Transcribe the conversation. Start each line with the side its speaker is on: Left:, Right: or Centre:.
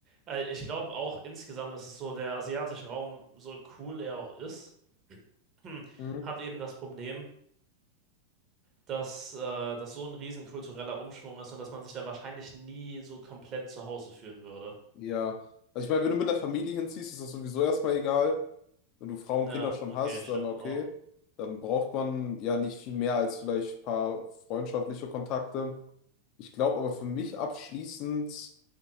Right: Äh, ich glaube auch insgesamt ist es so, der asiatische Raum, so cool er auch ist, <clears throat>
Left: Mhm.
Right: hat eben das Problem, dass, äh, das so ein riesen kultureller Umschwung ist und dass man sich da wahrscheinlich nie so komplett zu Hause fühlen würde.
Left: Ja. Also ich meine, wenn du mit der Familie hinziehst, ist das sowieso erstmal egal. Wenn du Frau und
Right: Ja,
Left: Kinder schon
Right: okay,
Left: hast,
Right: stimmt
Left: dann okay.
Right: auch.
Left: Dann braucht man ja nicht viel mehr als vielleicht ein paar freundschaftliche Kontakte. Ich glaube aber für mich abschließend